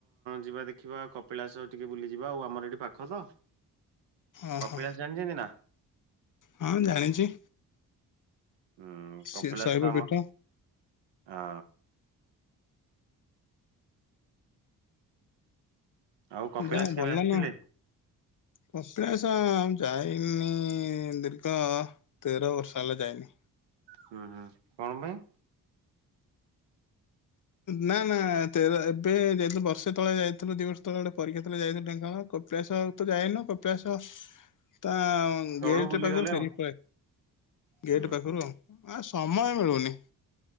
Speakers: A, on the right; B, on the left.
A: ଯିବା ଦେଖିବା। କପ ପିଳାସ ଟିକେ ବୁଲିଯିବା ଆଉ ଆମର ଏଠି ପାଖ ତ।
B: ଓହୋ
A: କପିଳାସ ଜାଣିଛନ୍ତି ନା?
B: ହଁ ଜାଣିଛି।
A: ହଁ
B: ସେ
A: କପିଳାଶ
B: ଶୈବ
A: ତ ଆମର
B: ପୀଠ
A: ଆ ଆଉ କପିଳାସ
B: ଯାଅ
A: କେବେ
B: ଭଲ
A: ଆସିଥିଲେ?
B: ନା! କପିଳାସ ଆଉ ଯାଇନି ଦିର୍ଘ ତେର ବର୍ଷ ହେଲା ଯାଇନି।
A: ହୁଁ ହୁଁ। କଣ ପାଇଁ?
B: ନା ନା ତେର ଏବେ ଯାଇଥିଲୁ ବର୍ଷେ ତଳେ ଯାଇଥିଲୁ, ଦି ବର୍ଷ ତଳେ ଗୋଟେ ପରୀକ୍ଷା ଥିଲା ଯାଇଥିଲୁ ଢେଙ୍କାନାଳ। ଖୋ କପିଳାସ ତ ଯାଇନୁ, କପିଳାସ ତା
A: ତଳୁ
B: ଗେଟ
A: ବୁଲିଗଲେ
B: ପାଖରୁ ଫେରିକି
A: ଆଉ।
B: ପଳେଇ ଆ ଗେଟ୍
A: ହୁଁ
B: ପାଖରୁ
A: ହୁଁ
B: ଆଉ, ଆଉ ସମୟ ମିଳୁନି।